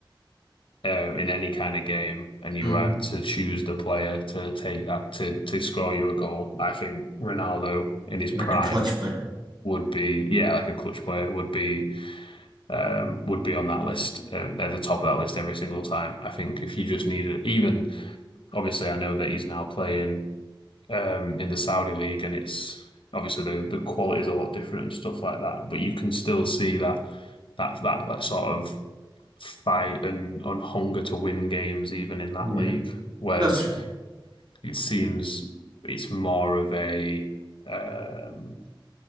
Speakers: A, on the left; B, on the right.
A: uh, in any kind of game and you
B: hmm
A: had to choose the player to take that to to score you a goal, I think Ronaldo in his
B: Like
A: prime
B: a clutch player.
A: would be yeah like a clutch player would be um would be on that list uh, at the top of that list every single time. I think if you just needed even obviously I know that he's now playing um in the Saudi league and it's obviously the the quality is a lot different and stuff like that, but you can still see that that that that sort of fight and on hunger to win games even in that
B: Yeah,
A: league. Whereas
B: that's true.
A: it seems it's more of a um,